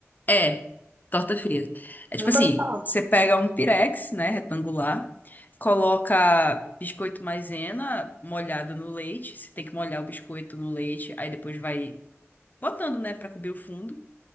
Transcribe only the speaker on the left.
É, torta fria. É tipo
assim,
você pega um pirex, né, retangular, coloca biscoito maisena molhado no leite, você tem que molhar o biscoito no leite, aí depois vai botando, né, pra cobrir o fundo.